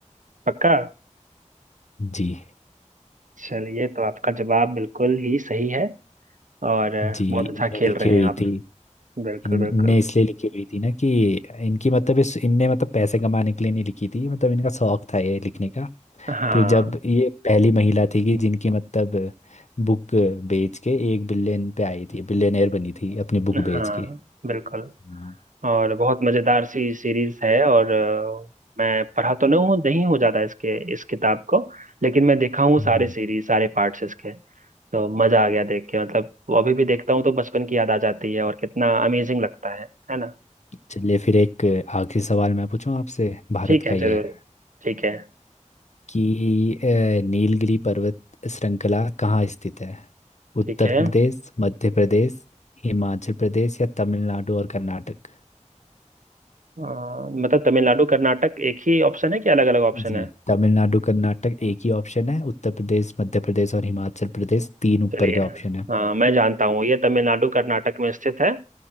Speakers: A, on the right (about 85°); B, on the left (about 65°).
A: पक्का
B: जी
A: चलिए तो आपका जवाब बिल्कुल ही सही है और
B: जी
A: बहुत अच्छा
B: इनने
A: खेल
B: लिखी
A: रहे
B: हुई
A: हैं आप
B: थी
A: बिल्कुल
B: इनने
A: बिल्कुल
B: इसलिए लिखी हुई थी ना कि इनकी मतलब इस इनने मतलब पैसे कमाने के लिए नहीं लिखी थी मतलब इनका शौक था ये लिखने का
A: हाँ
B: फिर जब ये पहली महिला थी कि जिनकी मतलब बुक बेच के एक बिलियन पे आई थी बिलियनर बनी थी अपनी बुक बेच
A: हाँ
B: के
A: बिल्कुल
B: हम्म। हाँ।
A: और बहुत मजेदार सी सीरीज है और अ, मैं पढ़ा तो नहीं हूँ नहीं हूँ ज्यादा इसके इस किताब को लेकिन मैं देखा हूँ
B: हम्म।
A: सारे सीरीज सारे पार्ट्स इसके तो मजा आ गया देख के मतलब वो अभी भी देखता हूँ तो बचपन की याद आ जाती है और कितना अमेजिंग लगता है है ना
B: चलिए फिर एक आखिरी सवाल मैं पूछूं आपसे भारत
A: ठीक है
B: का ही
A: जरूर
B: है
A: ठीक है
B: कि अ, नीलगिरी पर्वत श्रृंखला कहाँ स्थित है उत्तर
A: ठीक है
B: प्रदेश मध्य प्रदेश हिमाचल प्रदेश या तमिलनाडु और कर्नाटक
A: अ, मतलब तमिलनाडु कर्नाटक एक ही ऑप्शन है कि अलग अलग ऑप्शन
B: जी
A: है
B: तमिलनाडु कर्नाटक एक ही ऑप्शन है उत्तर प्रदेश मध्य प्रदेश और हिमाचल प्रदेश तीन ऊपर
A: चलिए
B: के ऑप्शन है
A: हाँ मैं जानता हूँ ये तमिलनाडु कर्नाटक में स्थित है